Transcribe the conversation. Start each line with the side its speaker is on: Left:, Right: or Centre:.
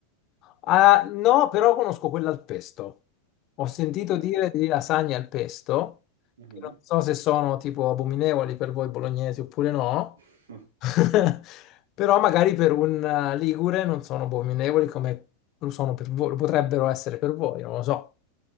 Left: Ah, no, però conosco quella al pesto. Ho sentito
Right: ok.
Left: dire di lasagne al pesto,
Right: Mhm.
Left: che non so se sono tipo abominevoli per voi bolognesi oppure no,
Right: <laughs>
Left: <laughs> però magari per un eh, ligure non sono abominevoli come lo sono per voi, lo potrebbero essere per voi, non lo so.